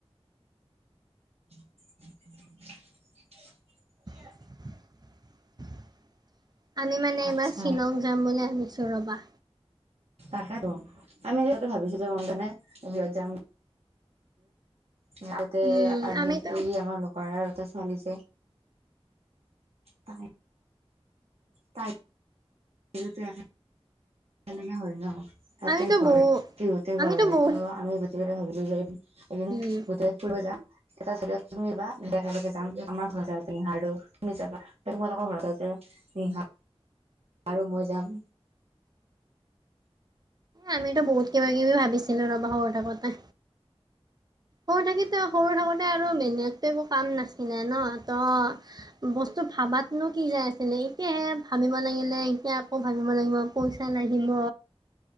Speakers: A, on the right (about 75°); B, on the right (about 40°).
A: <inaudible>
B: <inaudible> আমি মানে
A: আচ্ছা
B: এইবাৰ শ্বিলং যাম বুলি ভাবিছোঁ ৰ'বা।
A: তাকেতো আমি যিহেতু ভাবিছিলো যে মন বিহত যাম <unintelligible> গতে
B: উম
A: আ এই
B: আমিতো
A: আমাৰ লোকৰ আৰু এটা ছোৱালী যে <unintelligible> তাই তাই সেই <unintelligible> একগে হয় ন তাতে
B: আমিতো
A: ঘৰ
B: বহু
A: হয় টিহুতে
B: আমিতো
A: ঘৰ হয়
B: বহুত
A: তো আমি গোটেইকেইটা ভাবিলো যে <unintelligible> এদিন
B: উম
A: বুতৰাজ ফুব যাম <unintelligible> এটা চড তুমিা একেলগে যাম যে আমাৰ ঘৰ যাহাৰো তুমি যাবা <unintelligible> ত তমাৰ ক ভত যেহ <unintelligible> আৰু মই যাম।
B: আমিতো বহুত কিবা কিবি ভাবিছিলো ৰবা সৰু থাকোতে। সৰু থাকোতে সৰু থাকোতে আৰু মেনেতৈ একো কাম নাচিনে ন তো বস্তু ভাবাতনো কি যাই আছিলে এতিয়াহে ভাবিব লাগিলে এতিয়া আকৌ ভাবিব লাগিব। পইচা লাগিব।